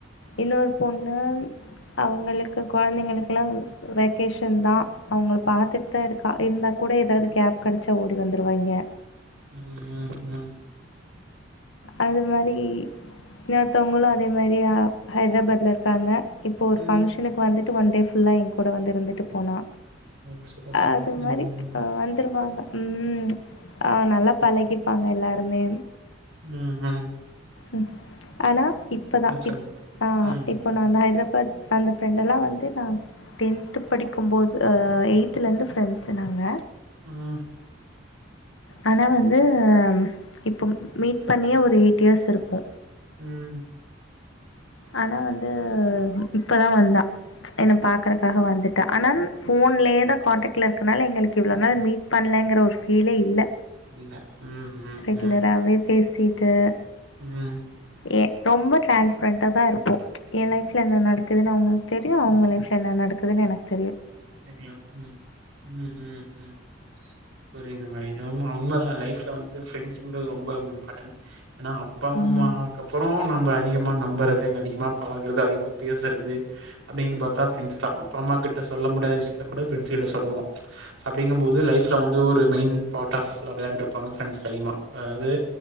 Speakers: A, on the left (about 75°); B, on the right (about 80°).
A: இன்னொரு பொண்ணு அ உவங்களுக்கு கொழந்தைங்களுக்குலா வெகேஷன் தா அவுங்க பாத்துட் தான் இருக்கா இருந்தா கூட எதா எதாது கேப் கெடச்சா ஓடி வந்துருவா இங்க
B: ம் ம் ம்
A: அது மாரி இன்னொருதவுங்களு அதே மாரி அ ஹைதிராபாத்ல இருக்காங்க இப்போ ஒரு
B: ம்
A: ஃபங்க்ஷனுக்கு வந்துட் டு வன் டே ஃபுல்லா எங் கூட வந்து இருந்துட்டு போனா
B: ஓ சூப்பர் சூப்பர்
A: அது
B: ம்
A: மாரி
B: ம்
A: அ வந்துருவாங்க ம் அ நல்லா பழகிப்பாங்க எல்லாருமே
B: ம் ஹ்ம்
A: ம் ஆனா இப்பதா
B: சொல்லுங்க
A: இப் அ
B: ம்
A: இப்போ நா அந்த ஹைட்ராபாத் அந்த ஃப்ரெண்டெல்லா வந்து நா டென்த்து படிக்கும்போது அஹ் எய்த்துலிந்து ஃப்ரெண்ட்ஸு நாங்க
B: ம்
A: ஆனா வந்து அஹ்ம் இப் பம் மீட் பண்ணியே ஒரு எயிட் இயர்ஸ் இருக்கு
B: ம்
A: ஆனா வந்து இப்பதா வந்தா என்ன பாக்கறக்காக வந்துட்டா ஆனான் ஃபோன்லயே தா கண்டக்ட்ல இருக்கனால எங்களுக்கு இவ்ளோ நாள் மீட் பண் லங்குற ஒரு ஃபீலே இல்ல
B: இல்ல ம் ம்
A: கிண்டலாவே
B: ம்
A: பேசீட்டு
B: ம்
A: ஏ ரொம்போ ட்ரான்ஸ்பரண்ட்டா தா இருப்போ என் லைஃப்ல என்ன நடக்குதுன்னு அவுங்களுக்கு தெரியு அவுங்க லைஃப்ல என்ன நடக்குதுன்னு எனக்கு தெர்
B: தெரியு ம் ம் ம் ம் புரிது மாரி இது உண்ம உண்ம தா லைஃப்ல வந் ஃப்ரெண்ட்சுன்றது ரொம்ப இம்பார்டணாட் ஏன்னா அப்பம்மாக்கப்பறோ
A: ம்
B: நம்ப அதிக நம்பறது அதிகமா பழகறது அதிகமா பேசறது அப்படின்னு பாத்தா ஃப்ரெண்ட்சு தா அப்பாம்மா கிட்ட சொ சொல்ல முடியாத விஷ்யத்த கூட ஃபிரெண்ட்ஸ்கிடாட சொல்லலா அப்டிங்கம்போது லைஃப்ல வந்து மெயின் பார்டாஃப் <unintelligible> இருப்பாங்க ஃப்ரென்ஸ்ட்ட அதிகமா அதாவது